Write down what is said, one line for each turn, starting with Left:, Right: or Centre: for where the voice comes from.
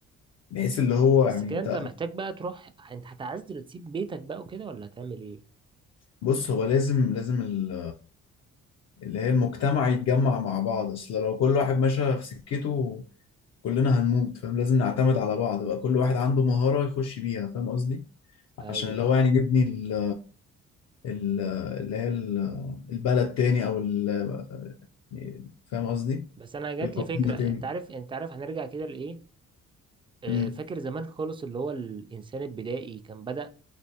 Left: بحيث اللي هو يعني
Right: بس كده
Left: انت
Right: انت محتاج بقى تروح انت هتعزل تسيب بيتك بقى وكده ولا هتعمل ايه
Left: بص هو لازم لازم ال- اللي هي المجتمع يتجمع مع بعض اصل لو كل واحد ماشي في سكته كلنا هنموت فاهم لازم نعتمد على بعض بقى كل واحد عنده مهارة يخش بيها فاهم قصدي
Right: ايوه
Left: عشان اللي هو يعني نبني ال ال- اللي هي ال- البلد تاني او ال- يعني فاهم قصدي
Right: بس انا جات
Left: القبيلة
Right: لي فكره
Left: تاني
Right: انت عارف انت عارف هنرجع كده لايه آه،
Left: امم
Right: فاكر زمان خالص اللي هو الانسان البدائي كان بدأ